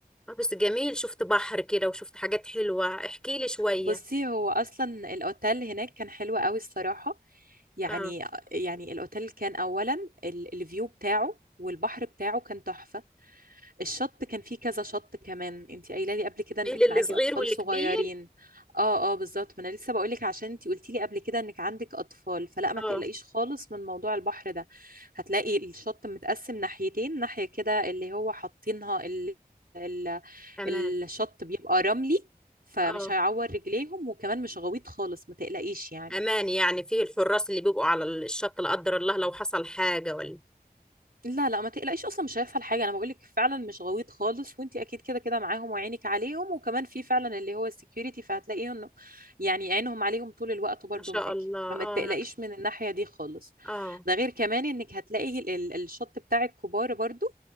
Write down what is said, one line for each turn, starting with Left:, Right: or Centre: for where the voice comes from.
Centre: آه، بس جميل شفت بحر كده وشفت حاجات حلوة احكي لي شوية
Right: بصي هو اصلا الاوتيل هناك كان حلو قوي الصراحه يعني
Centre: اه
Right: يعني الاوتيل كان اولا ال- الفيو بتاعه والبحر بتاعه كان تحفه الشط كان فيه كذا شط كمان انت قايله لي قبل كده
Centre: فيه
Right: انك
Centre: للي
Right: معاكي
Centre: صغير
Right: اطفال
Centre: واللي
Right: صغيرين
Centre: كبير
Right: اه اه بالظبط ما انا لسه بقول لك عشان انت قلتي لي قبل كده انك عندك اطفال فلا ما
Centre: اه
Right: تقلقيش خالص من موضوع البحر ده هتلاقي الشط متقسم ناحيتين ناحيه كده اللي هو حاطينها ال... ال...
Centre: امان
Right: الشط بيبقى رملي فمش
Centre: اه
Right: هيعور رجليهم وكمان مش غويط خالص ما تقلقيش يعني
Centre: امان يعني فيه الحراس اللي بيبقوا على الشط لا قدر الله لو حصل حاجة ولا
Right: لا لا ما تقلقيش اصلا مش هيحصل حاجه انا بقول لك فعلا مش غويط خالص وانت اكيد كده كده معاهم وعينك عليهم وكمان في فعلا اللي هو السكيورتي فهتلاقيهم يعني عينهم عليهم طول الوقت برضو
Centre: ما شاء
Right: معاكي
Centre: الله اه
Right: فما تقلقيش
Centre: مك...
Right: من الناحيه دي خالص
Centre: اه
Right: ده غير كمان انك هتلاقي ال- ال- الشط بتاع الكبار برضو